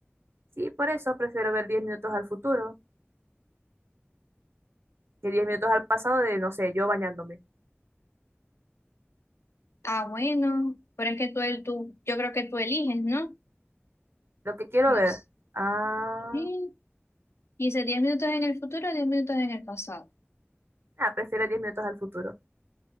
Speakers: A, on the right; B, on the left.
A: Sí, por eso prefiero ver 10 minutos al futuro que 10 minutos al pasado de, no sé, yo bañándome.
B: Ah, bueno, pero es que tú, el- tú, yo creo que tú eliges, ¿no?
A: Lo que quiero
B: No
A: ver.
B: sé.
A: Ah,
B: Sí, Dice 10 minutos en el futuro, 10 minutos en el pasado.
A: ah, prefiero 10 minutos al futuro.